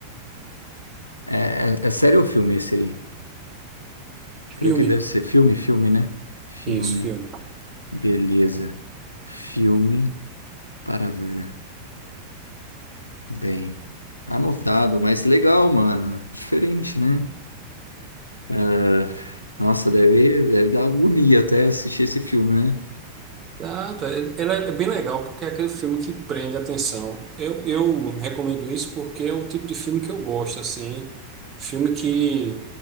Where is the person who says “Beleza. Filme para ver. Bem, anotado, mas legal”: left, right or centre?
Left